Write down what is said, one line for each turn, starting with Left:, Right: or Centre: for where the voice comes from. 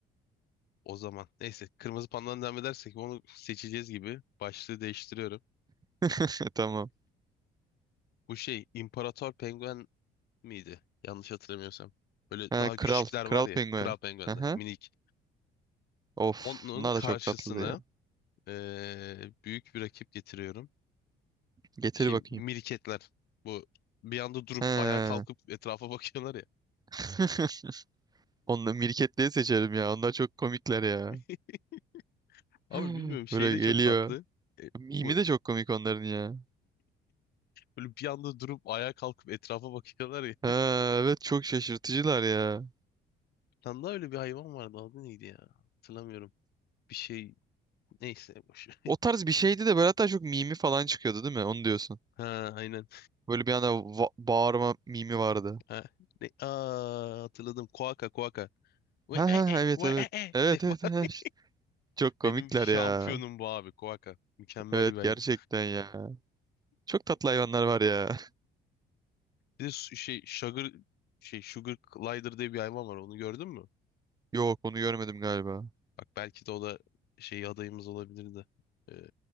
Left: O zaman neyse kırmızı pandadan devam edersek onu seçeceğiz gibi. Başlığı değiştiriyorum.
Right: <laughs> Tamam.
Left: Bu şey İmparator Penguen miydi? Yanlış hatırlamıyorsam. Böyle
Right: Ha,
Left: daha
Right: kral.
Left: küçükler
Right: Kral
Left: var ya
Right: penguen.
Left: Kral Penguen'de
Right: Aha.
Left: minik.
Right: Of.
Left: Onun
Right: Bunlar
Left: karşısına
Right: da çok tatlı ya.
Left: eee, büyük bir rakip getiriyorum.
Right: Getir
Left: şey
Right: bakayım.
Left: miriketler. Bu bir anda durup
Right: Ha.
Left: ayağa kalkıp etrafa bakıyorlar ya.
Right: <laughs> Onları mirketliği seçerim ya. Onlar çok komikler ya.
Left: <laughs>
Right: <gasps>
Left: Abi
Right: <laughs>
Left: bilmiyorum şey
Right: Böyle
Left: de
Right: geliyor.
Left: çok tatlı. E,
Right: Mimi
Left: bu
Right: de çok komik onların ya.
Left: böyle bir anda durup ayağa kalkıp etrafa bakıyorlar ya.
Right: Ha, evet çok şaşırtıcılar ya.
Left: Tam da öyle bir hayvan vardı. Adı neydi ya? Hatırlamıyorum. Bir şey neyse boş. ver. <laughs>
Right: O tarz bir şeydi de böyle hatta çok mimi falan çıkıyordu değil mi? Onu diyorsun.
Left: Ha aynen.
Right: Böyle bir anda va- bağırma mimi vardı.
Left: Ha. Ne? Aa, hatırladım. Koaka koaka. Ve
Right: Ha
Left: e
Right: ha
Left: e
Right: ha, evet
Left: ve
Right: evet.
Left: e e.
Right: Evet
Left: <laughs> diye
Right: evet.
Left: bağır-
Right: evet. Çok komikler
Left: Benim şampiyonum
Right: ya.
Left: bu abi koaka. Mükemmel
Right: Evet
Left: bir hayvan.
Right: gerçekten ya. Çok tatlı hayvanlar var ya.
Left: Bir de su- şey sugar şey sugar glider diye bir hayvan var. Onu gördün mü?
Right: <laughs> Yok onu görmedim galiba.
Left: Bak belki de o da şey adayımız olabilirdi. Ee,